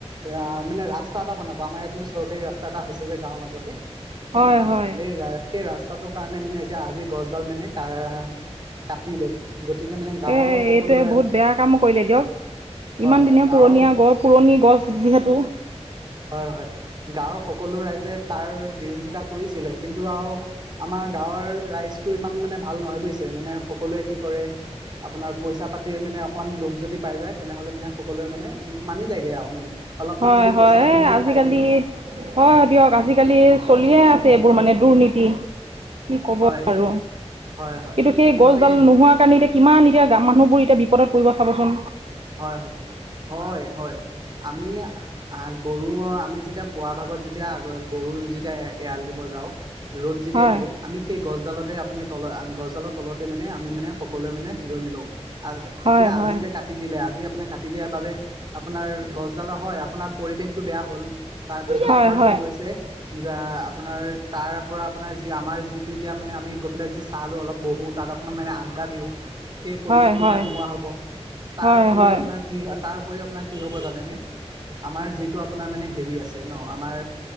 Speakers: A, on the right; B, on the right.
A: এ মানে ৰাস্তা এটা বনাব আমাৰ ইয়াত মানে চৰকাৰী ৰাস্তা এটা হৈছে যে গাওঁ মাজতে
B: হয় হয়
A: সেই সেই ৰা্ত টাটোৰ কাৰণে মানে এতিয়া আজি গছডাল মানে কা কাটিলে গতিকে মানে গাঁৱৰ
B: এ
A: সকলো
B: এইটোয়ে
A: ৰাই
B: বহুত বেয়া কাম কৰিলে দিয়ক
A: হয়
B: ইমান
A: হয়
B: দিনে
A: গাঁৱৰ
B: পুৰণীয়া গছ পুৰণি গছ যিহেতু
A: হয় হয় গাঁৱৰ সকলো ৰাইজে তাৰ বিৰোধিতা কৰিছিলে কিন্তু আৰু আমাৰ গাঁৱৰ ৰাইজটো ইমান মানে ভাল নহয় বুজিছে মানে সকলোৱে কি কৰে আপোনাৰ পইচা পাতিৰ মানে অকমান লোভ যদি পাই যায় তেনেহলে মানে সকলোৱে মানে উ মানি যায়গে আৰু মানে অলপমান
B: হয়
A: যদি পইচা পাতি যদি
B: আজিকালি
A: খাই দিয়ে
B: হয় দিয়ক আজিকালি চলিয়ে আছে এইবোৰ মানে দুৰ্নীতি কি কব
A: হয়
B: আৰু
A: হয় হয়
B: কিন্তু সেই
A: সেইবাবে
B: গছডাল নোহোৱাৰ কাৰণে এতিয়া কিমান এতিয়া মানুহবোৰ এতিয়া বিপদত পৰিব চাবাচোন।
A: হয় হয় হয় হয় আমি গৰু আমি যেতিয়া পুৱা ভাগত যেতিয়া আগ গৰু যেতিয়া এৰাল দিব যাওঁ ৰ'দ যেতিয়া
B: হয়
A: দিয়ে আমি সেই গছডালত তাতে আপুনি তল গছডালৰ তলতে মানে আমি মানে সকলোৱে মানে জিৰণি লওক,
B: হয়
A: এতিয়া আজি
B: হয়
A: যে তাত আজি আপোন কাটি দিয়াৰ বাবে আপোনাৰ গছডালা হয় আপোনাৰ পৰিৱেশটো বেয়া হ'ল তাৰপিছত
B: হয়
A: আপোনাৰ
B: হয়
A: কি হৈছে? আপোনাৰ তাৰ পৰা আপোনাৰ যি আমাৰ যিটো এতিয়া মানে আমি গৈ পেলাই যি চাহালো অলপ বহুত তালকমান মানে আ্ডা দিওঁ সেই পৰিৱেশটো
B: হয় হয়
A: এতিয়া নোহোৱা হব তাৰ
B: হয়
A: উপৰিও
B: হয়
A: আপোনাৰ কি তাৰ উপৰি আপোনাৰ কি হব জানেনে আমাৰ যিটো আপোনাৰ মানে হেৰি আছে ছে ন আমাৰ